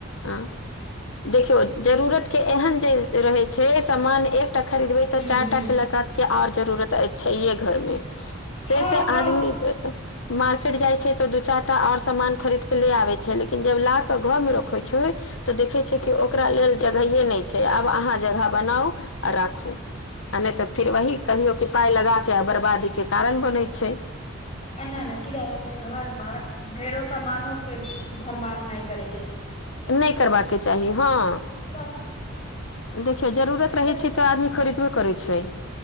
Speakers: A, on the left; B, on the left.
A: हँ देखियौ जरूरत के एहन जे रहैय छैय सामान एक त खरीदबै
B: हूँ
A: तऽ चारि
B: हूँ
A: टा के लगात के आओर जरूरत छैहे घरमे से
B: हँ
A: से
B: हँ
A: आदमी ए-ए मार्केट जाइत छै तऽ दू चारि टा आओर सामान खरीदके ले आबै छै लेकिन जब ल कऽ घरमे रखै छै तऽ देखै छै कि ओकरा लेल जगहे नहि छै आब अहाँ जगह बनाउ आ राखु आ नै तऽ फिर वही कहियो कि पाइ लगा कऽ किया बर्बादी के कारण बनैय छैय
B: आ ना ना किराया के घरमे ढेरो सामानो के भरमार नै करेय
A: नै करबाक चाही हाँ
B: तऽ
A: देखियौ जरूरत
B: ए
A: रहैय
B: सखी
A: छैय तऽ आदमी खरीदबे करैय छैय।